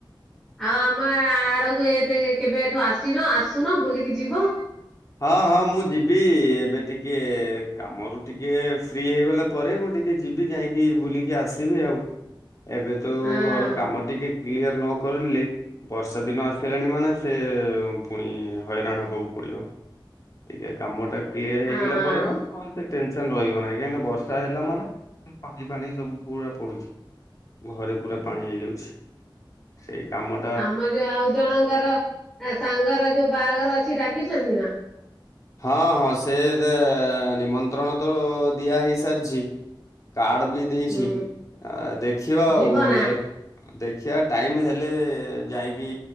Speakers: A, in the centre; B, on the left (about 40°).
A: ଆଉ ଆମେ ଆଡକୁ ଏଇଠି କେବେ ଏଠୁ ଆସିନ ଆସୁନ ବୁଲିକି ଯିବ?
B: ହଁ-ହଁ ମୁଁ ଯିବି ଏବେ ଟିକେ କାମରୁ ଟିକେ ଫ୍ରି ହେଇଗଲା ପରେ ମୁଁ ଟିକେ ଯିବି ଯାଇଁକି ବୁଲିକି ଆସିବି ଆଉ ଏବେ ତ
A: ହଁ
B: ଘରକାମ ଟିକେ କ୍ଲିୟର ନ କରିଲେ ବର୍ଷା ଦିନ ଆସିଲାଣି ମାନେ ସେ ପୁଣି ହଇରାଣ ହେବାକୁ ପଡ଼ିବ। ଟିକେ କାମ ଟା କ୍ଲିୟର
A: ହଁ
B: ହେଇଗଲା ପରେମ ଆଉ ଏତେ ଟେ ସନ୍ ରହିବ ନାହିଁ କାହିଁକି ବର୍ଷ ହେଲା ମାନେ ପାଣି ଫାଣି ସବୁ ପୁରା ପଡ଼ୁଚି। ଘରେ ପୁରା ପାଣି ହେଇଯାଉଚି ସେଇ କାମ
A: ଆମ ଯୋଉ ଆଉ ଜଣଙ୍କର ଆ ସାଙ୍ଗର ଯୋଉ ବାହାଘର ଅଛି ଡାକିଚନ୍ତି ନା?
B: ହଁ-ହଁ ସେ <unintelligible> ନିମନ୍ତ୍ରଣ ତ ଦିଆହେଇ ସାରିଚି କାର୍ଡବି ଦେଇଚି
A: ହୁଁ
B: ଆ ଦେଖିବା ଆଉ
A: ଯିବ ନା
B: ଯ ଦେଖିୟା ଟାଇମ୍ ହେଲେ ଯାଇଁକି